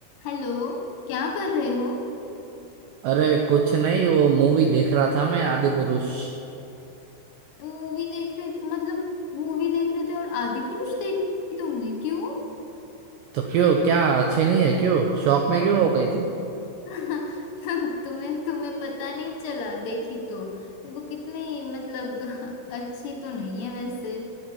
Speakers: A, on the left; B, on the right.
A: Hello क्या कर रहे हो
B: अरे कुछ नहीं वो मूवी देख रहा था मैं आदि पुरुष
A: मूवी देख रहे थे मतलब मूवी देख रहे थे और आदि पुरुष देखी तुमने क्यों
B: तो क्यों क्या अच्छी नहीं है क्यों शौक में क्यों हो गई तुम
A: <laughs> तुम्हें तुम्हें पता नहीं चला देखी तो वो कितनी मतलब <laughs> अच्छी तो नहीं है वैसे